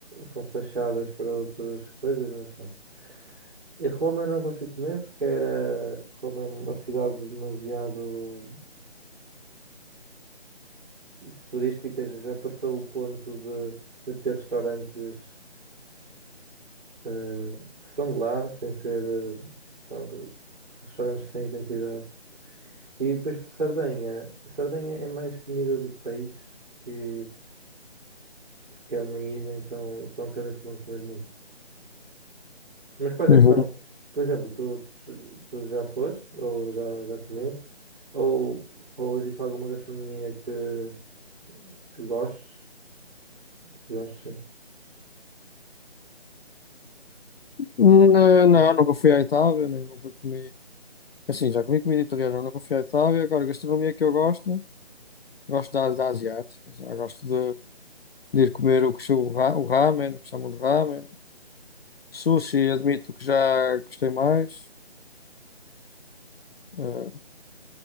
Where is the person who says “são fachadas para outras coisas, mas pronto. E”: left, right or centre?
Right